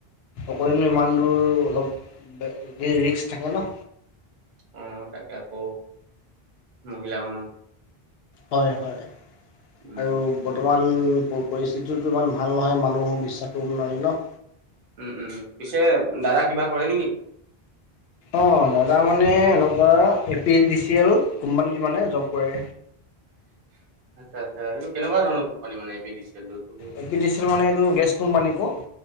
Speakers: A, on the left (about 75°); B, on the right (about 60°).
A: অকলেনো ইমান দূৰ অলপ বে ৰিক্স থাকে ন।
B: অ', তাকে আকৌ মহিলা মানুহ।
A: হয় -হয়,
B: উম
A: আৰু বৰ্তমান প পৰিস্থিতিতো ইমান ভাল নহয় মানুহো বিশ্বাস কৰিব নোৱাৰি ন
B: উম- উম, পিছে দাদা কিবা কৰে নে কি?
A: অ', দাদা মানে এনেকুৱা A P D C L কোম্পানীত মানে জব কৰে।
B: আচ্ছা-আচ্ছা, এইটো কেনেকুৱাধৰণৰ কোম্পানী মানে A P D C L টো?
A: এ পি ডিছি এল মানে এইটো গেছ কোম্পানী আকৌ।